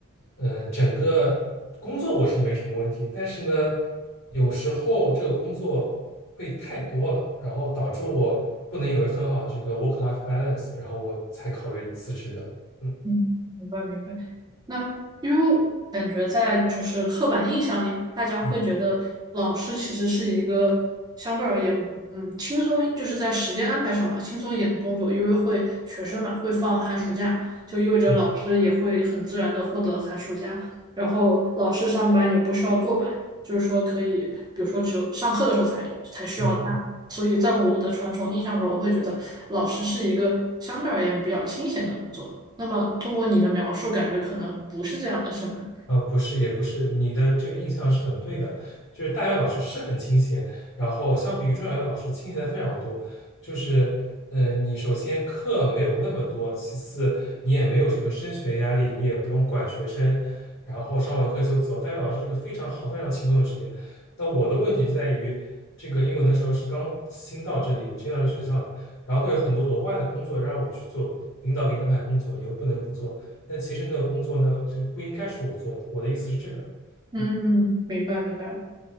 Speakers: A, on the left; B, on the right.
A: 嗯，整个工作我是没什么问题，但是呢，有时候这个工作会太多了，然后导致我不能有一个很好的这个 work-life balance，然后我才考虑辞职的。嗯
B: 嗯，明白明白。那因为我感觉在就是刻板印象里啊，大家会觉得老师其实是一个相对而言，
A: 嗯
B: 嗯，轻松，就是在时间安排上嘛，轻松一点的工作，因为会学生嘛会放寒暑假，就意味着老师也会很自然的获得寒暑假，
A: 嗯
B: 然后老师上班也不需要坐班，就是说可以，比如说只有上课的时候才才需要带。
A: 嗯。嗯
B: 所以在我的传统印象中，我会觉得老师是一个相对而言比较清闲的工作。那么通过你的描述，感觉可能不是这样的，是吗？
A: 啊，呃不是，也不是，你的这个印象是很对的，就是大学老师是很清闲，然后相比于中小学老师清闲的非常多，就是，嗯、你首先课没有那么多，其次你也没有什么升学压力，你也不用管学生，然后上完课就走。大学老师是个非常好、非常轻松的职业。那我的问题就在于，这个因为我那时候是刚新到这里，新到这学校的，然后会有很多额外的工作让我去做，领导给你安排工作，你又不能不做。那其实那个工作呢，就是不应该是我做的。我的意思是这个，
B: 嗯，
A: 嗯。
B: 明白明白，